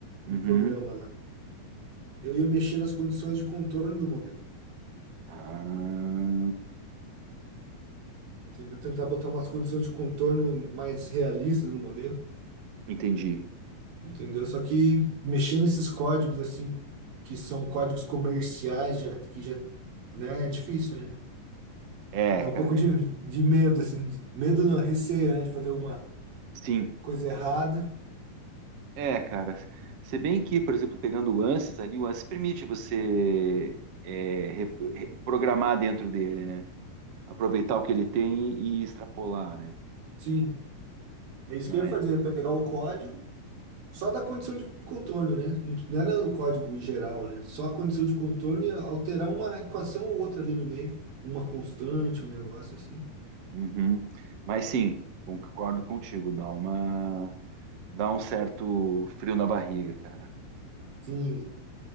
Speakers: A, on the right (about 50°); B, on the right (about 85°).
A: Uhum.
B: Um programa lá. Eu ia mexer nas condições de contorno do modelo,
A: Ah,
B: entendeu? Tentar botar umas condições de contorno mais realistas no modelo,
A: entendi.
B: entendeu? Só que mexer nesses códigos assim, que são códigos comerciais, já que já, né, é difícil, né?
A: É,
B: Dá
A: cara.
B: um pouco de, de medo assim, de- medo não, receio, né, de fazer alguma
A: Sim.
B: coisa errada.
A: É, cara. Se bem que, por exemplo, pegando o ANSYS ali, o ANSYS permite você é, re- re- programar dentro dele, né? Aproveitar o que ele tem e extrapolar, né?
B: Sim, é isso
A: Mas,
B: que eu ia fazer, pegar o código Só da condição de contorno, né? Não, não era o código geral, né? Só a condição de contorno e alterar uma equação ou outra ali no meio. Uma constante, um negócio assim.
A: Uhum. Mas sim, concordo contigo, dá uma, dá um certo frio na barriga, cara.
B: Sim.